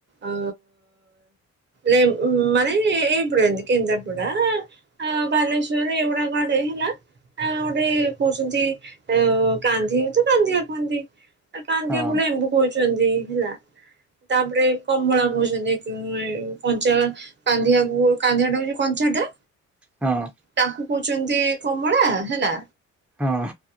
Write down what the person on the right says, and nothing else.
ଅ ଲ ମାନେ ଏପଡ଼ ଏନ୍ଦକ ଏନ୍ତପଡ଼ା <inaudible> ଅ ବାଲେଶ୍ଵର ଏଇଡା ଗାଡେ ହେଲା ଆଉ ଗୋଟେ କହୁଛନ୍ତି କାନ୍ଧି ତ କାଧିଆ କୁହନ୍ତି କାନ୍ଦିଆ
ବଲେ ଏ କଉଛନ୍ତି ହେଲା ତାପରେ କମଳା କଉଛନ୍ତି କଞ୍ଚା କାନ୍ଧିଆକୁ କାନ୍ଦିଆ ଟା ହଉଛି କଞ୍ଚା ଟା
ତାକୁ କହୁଛନ୍ତି କମଳା ହେଲା।